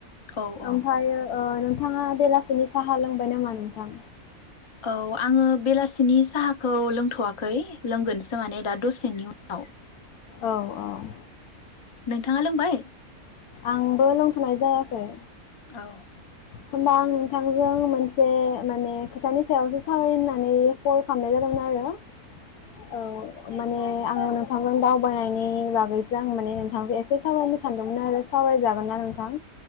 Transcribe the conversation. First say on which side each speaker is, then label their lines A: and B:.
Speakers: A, on the left; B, on the left.
A: औ औ
B: ओमफायो ओ नों नोंथाङा बेलासिनि साहा लोंबाय नामा नोंथां
A: औ आङो बेलासिनि साहाखौ लोंथ'वाखै लोंगोनस जोंहा नै दा दसेनि उन औ
B: औ-औ
A: थांङा लोंबाय?
B: आंबो लोंथ'नाय जायाखै।
A: औ।
B: होमबा आं नोंथांजों मोनसे माने खोथानि सायावसो सावराय होननानै कल खालामनाय जादोंमोन आरो। औ माने आं नोंथांजों दावबायनायनि बागैसो आं माने नोंथांजों एसे सावरायनो सानदोंमोन आरो सावरायजागोन ना नोंथां?